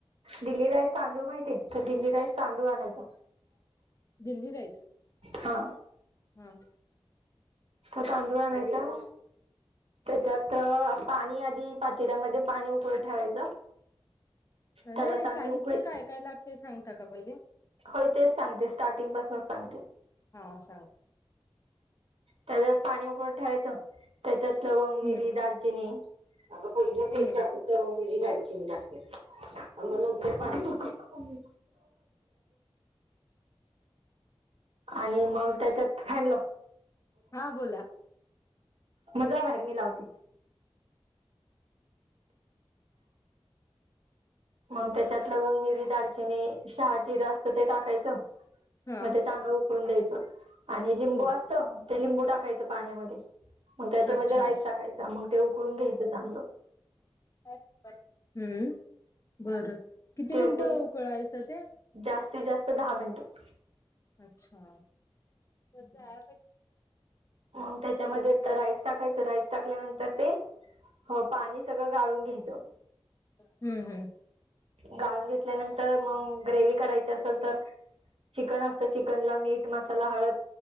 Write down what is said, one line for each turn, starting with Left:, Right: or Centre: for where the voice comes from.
Right: दिल्ली राईस तांदूळ पण येते तर दिल्ली राईस तांदूळ आणायचा.
Left: दिल्ली राईस.
Right: हा.
Left: हा.
Right: तो तांदूळ आणायचा. त्याच्यात पाणी आधी पातीलामध्ये पाणी उकळत ठेवायचं.
Left: नाही-नाही
Right: त्याला चांगली
Left: साहित्य
Right: उकळी
Left: काय-काय लागतय सांगता का पहिले?
Right: होय तेच सांगते स्टार्टिंग पासूनच सांगते.
Left: हा असा.
Right: त्याच्यात पाणी उकडत ठेवायचं त्याच्यात लवंग, मिरी,
Left: हम्म
Right: दालचिनी आंग पहिले तेल
Left: हम्म
Right: टाकू का मिरं, दालचीन टाकू. उन्हानं उडत पाणी, आणि मग त्याच्यात फॅन लाव.
Left: हा बोला
Right: मग जा बाहेर मी लावते. मग त्याच्यात लवंग, मिरी, दालचिनी. शहा जिरां असतं ते टाकायचं
Left: हा
Right: मग ते चांगलं उकळून द्यायचं. आणि लिंबू
Left: ओके
Right: असत ते लिंबू टाकायचं पाण्यामध्ये. मग त्याच्यामध्ये
Left: अच्छा
Right: राईस टाकायचा. मग ते उकळून घ्यायचं चांगलं.
Left: हम्म बरं. किती
Right: ते
Left: मिनिटं
Right: उकळून
Left: उकळायच ते?
Right: जास्तीत जास्त दहा मिनिटं.
Left: अच्छा. हम्म हम्म.
Right: मग त्याच्यामध्ये राईस टाकायच. राईस टाकल्यानंतर ते हो पाणी सगळं गाळून घ्यायचं.
Left: हम्म. हम्म.
Right: गाळून घेतल्यानंतर, मग ग्रेव्ही करायची असेल तर चिकन असत चिकन ला मीठ, मसाला, हळद,